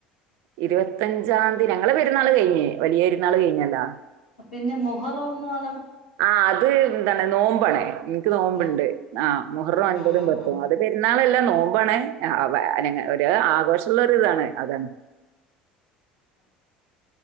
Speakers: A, on the right; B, on the left.
A: ഇരുപത്തഞ്ചാം തീയതി ഞങ്ങളെ പെരുന്നാൾ കഴിഞ്ഞഞ് വലിയ പരുന്നാൾ കഴിഞ്ഞല്ലോ
B: പിന്നെ മുഹറോന്നട
A: ആ അത് ന്താണ് നോമ്പാണ് നിക്ക് നോമ്പുണ്ട്
B: നോ
A: ആ മുഹററും ഒൻപതും
B: ആ
A: പത്തും
B: ആ
A: അത് പെരുന്നാളെല്ല നോമ്പാണ് അ വ അനങ്ങ ഒരു ആഘോഷള്ള ഒര് ഇതാണ് അതാണ്